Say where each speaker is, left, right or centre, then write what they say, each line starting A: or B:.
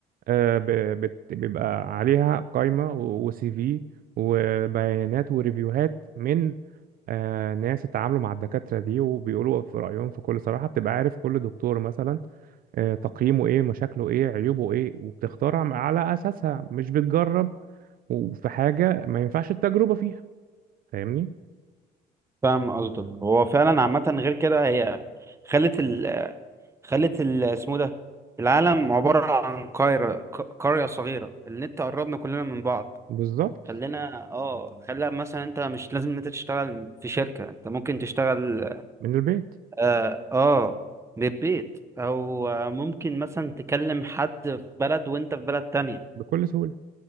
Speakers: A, on the right (about 60°); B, on the right (about 15°).
A: آه، ب- بت- بيبقى عليها قائمة وسي في وبيانات وريفيوهات من آه، ناس اتعاملوا مع الدكاترة دي وبيقولوا في رأيهم في كل صراحة بتبقى عارف كل دكتور مثلا آه، تقييمه ايه مشاكله ايه عيوبه ايه وبتختارها على أساسها مش بتجرب وفي حاجة ما ينفعش التجربة فيها فاهمني
B: فاهم قصدك هو فعلا عامة غير كده هي خلت ال خلت ال اسمه ده العالم عبارة عن قاهرة ق- قرية صغيرة النت قربنا كلنا من بعض
A: بالظبط
B: خلينا اه خلى مثلا انت مش لازم ان انت تشتغل في شركة انت ممكن تشتغل
A: من البيت
B: اه, آه من البيت او آه، ممكن مثلا تكلم حد في بلد وانت في بلد تانية
A: بكل سهولة